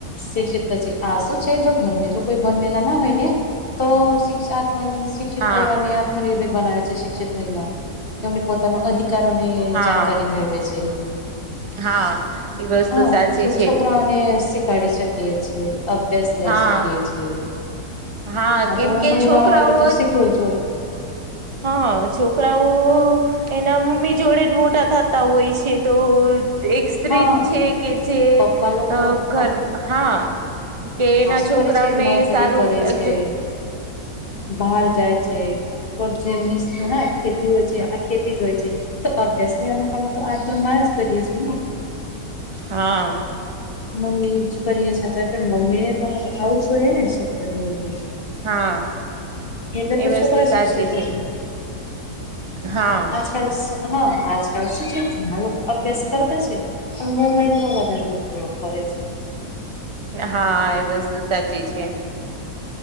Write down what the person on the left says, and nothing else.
શિક્ષિત છે આ શું છે જો ઘરમે જો કોઈ બનવેલા ના હોય ને. તો શિક્ષ આત માની શિક્ષિત
પરિવાર ને આત્મનિર્ભેર બનાવે છે શિક્ષિત મહિલા, એને પોતાનો અધિક કારણે
જાનકારી મેળવે છે,
હ
જે
છોકરા શીખાડી શકીએ છે અભ્યાસ લઈ
શકીએ છે.
આ
તો હો
મહિલાઓ
માટે તો શીખવું જ જોય.
હા
પપ્પા લોકો
હા
હા શું
કરે છે
નોકરી
કરે
છે બહાર જાય છે. પબ જેમ ખેતી હોય છે આ ખેતી જ હોય છે. તો અભ્યાસ લેવાનું કામ તો આ તો માં જ કરીએ છીએ ને.
મમ્મીજ કરીએ અ્યારે મમ્મી ને તો આવું જોઈએ ને શિક્ષણને એવું તો.
એટલે
તો
છોકરા
શીખશે, પછી
આકાલ હા આજકાલ શું છે ઘણા લોકો અભ્યાસ કરતા છે. પણ મોબાઈલ નો વધારે ઉપયોગ કરે છે.